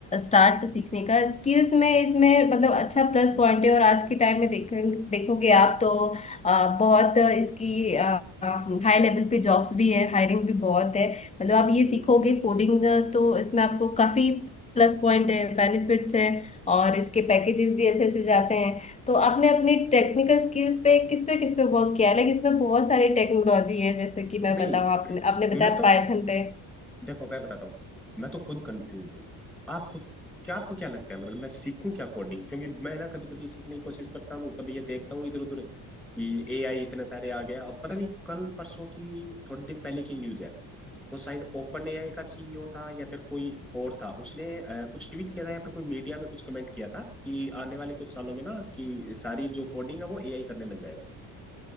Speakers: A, on the left (about 15°); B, in the centre.
A: स्टार्ट
B: हम्म,
A: सीखने का स्किल्स में इसमें मतलब अच्छा प्लस पॉइंट है और आज के टाइम में देख देखोगे आप तो अ, बहुत इसकी हाई लेवल पे जॉब्स भी है हायरिंग भी बहुत है मतलब आप ये
B: हम्म।
A: सीखोगे कोडिंग तो इसमें आपको काफी प्लस पॉइंट है बेनिफिट्स हैं और इसके पैकेजेस भी अच्छे अच्छे जाते हैं तो आपने अपनी टेक्निकल स्किल्स पे किस पे किस पे वर्क किया है लाइक इसमें बहुत सारी टेक्नोलॉजी है जैसे कि मैं
B: नहीं
A: बताऊँ आपने आपने बताया
B: मैं तो
A: पाइथन पे
B: देखो मैं बताता हूँ मैं तो खुद कंफ्यूज हूँ आपको क्या आपको क्या लगता है मतलब मैं सीखूं क्या कोडिंग क्योंकि मैं ना कभी कभी सीखने की कोशिश करता हूँ तभी ये देखता हूँ इधर उधर कि एआई इतने सारे आ गए अब पता नहीं कल परसों की थोड़े दिन पहले की न्यूज है वो शायद ओपन एआई का सीईओ था या फिर कोई और था उसने अ, कुछ ट्वीट किया था या फिर कोई मीडिया में कुछ कमेंट किया था कि आने वाले कुछ सालों में ना कि सारी जो कोडिंग है वो एआई करने लग जाएगा